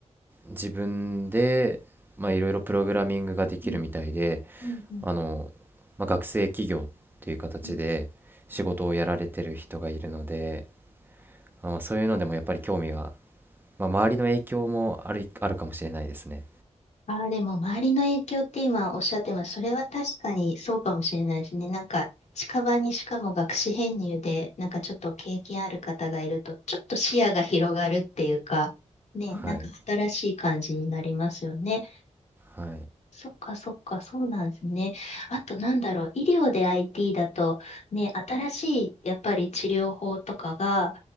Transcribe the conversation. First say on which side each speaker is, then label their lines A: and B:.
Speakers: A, on the right; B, on the left.
A: 自分で、まあ、いろいろプログラミングができるみたいで、
B: うんうんうん
A: あの、まあ、学生企業っていう形で仕事をやられてる人がいるので、
B: うん
A: まあ、まあ、そういうのでもやっぱり興味が、まあ、周りの影響もある、あるかもしれないですね。
B: ああ、でも周りの影響って今おっしゃってます。それは確かにそうかもしれないですね。なんか近場にしかも学士編入で、なんかちょっと経験ある方がいると、ちょっと視野が広がるっていうか、ね、なんか新しい感じになりますよね。
A: はい、はい、
B: そっかそっか、そうなんですね。あとなんだろう、医療で IT だと、ね、新しいやっぱり治療法とかが